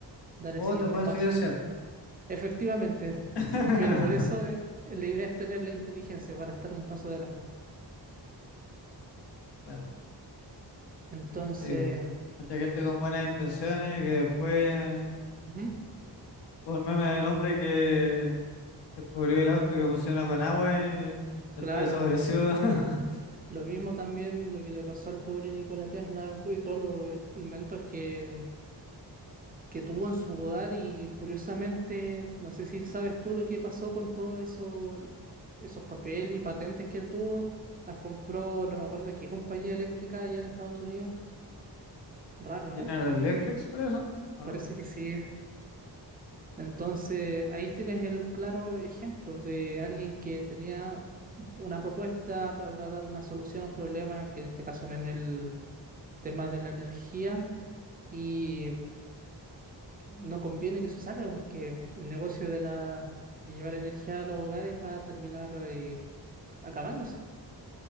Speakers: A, on the right (about 20°); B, on the left (about 75°).
A: dar
B: O
A: el siguiente
B: te pueden
A: paso.
B: silenciar, po.
A: Efectivamente,
B: <laughs>
A: pero por eso eh, la idea es tener la inteligencia para estar un paso adelante.
B: Claro,
A: Entonces,
B: sí. po. Mucha gente con buenas intenciones que después,
A: ujú,
B: como el meme del hombre que descubrió el auto que funciona con agua y después
A: claro,
B: desapareció <laughs>
A: lo mismo también lo que le pasó al pobre Nikola Tesla y todos los inventos que que tuvo en su hogar y curiosamente, no sé si sabes tú lo que pasó con todos eso, esos papeles y patentes que él tuvo, las compró, no me acuerdo qué compañía eléctrica allá en Estados Unidos. Raro, ¿no?
B: General Electric, por eso. Bueno,
A: Parece que sí. Entonces, ahí tienes el claro ejemplo de alguien que tenía una propuesta para dar una solución a un problema, que en este caso era en el tema de la energía, y no conviene que eso salga porque el negocio de la de llevar energía a los hogares va a terminar eh, acabándose.